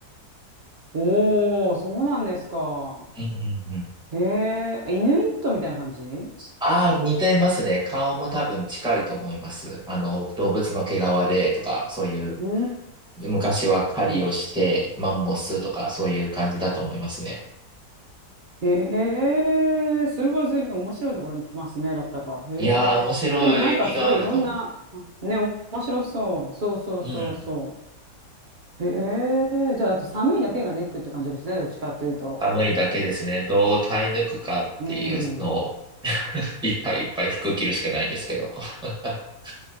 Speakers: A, on the right; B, in the centre.
A: おー、そうなんですか。
B: うんうんうん。
A: へえ、イヌイットみたいな感じう
B: ああ、似てますね。顔も多分近いと思います。あの、動物の毛皮でとか、そういう、
A: ー
B: 昔は狩りをして、
A: ん。
B: マンモスとか、そういう感じだと思いますね。
A: へえ、それは随分面白いところに来ますね、だったら。へえ。
B: いやー、面白い意味があると思
A: でもなんかすごいいろんな、ね、面白そう。そうそうそうそ
B: う。うん。
A: う。へえ、じゃああと寒いだけがネックって感じですね、どっちかっていうと。
B: 寒いだけですね。どう耐え抜くかっていうのを
A: うん。
B: <laughs> いっぱいいっぱい服着るしかないですけど。<laughs>